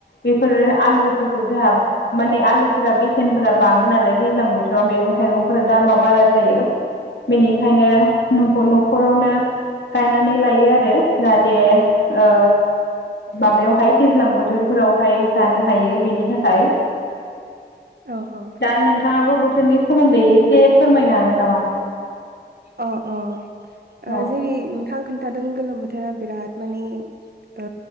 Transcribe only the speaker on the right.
उम
औ औ।
अ अ ओ
जेरै नों थां खोन्थादों गोलोम बोथोरा बिराद माने ओ